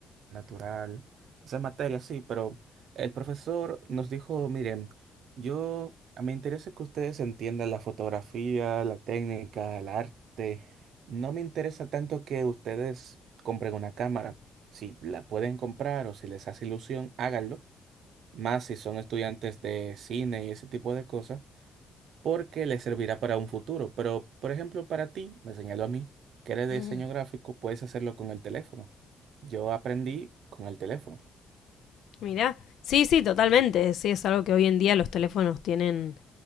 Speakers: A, on the right (about 70°); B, on the left (about 75°).
A: natural. Esas materias sí, pero el profesor nos dijo, miren, yo, a me interesa que ustedes entiendan la fotografía, la técnica, el arte. No me interesa tanto que ustedes compren una cámara. Si la pueden comprar o si les hace ilusión, háganlo más si son estudiantes de cine y ese tipo de cosas, porque les servirá para un futuro. Pero, por ejemplo, para ti, me señaló a mí, que eres de
B: Mm.
A: diseño gráfico, puedes hacerlo con el teléfono. Yo aprendí con el teléfono.
B: Mirá. Sí, sí, totalmente. Sí, es algo que hoy en día los teléfonos tienen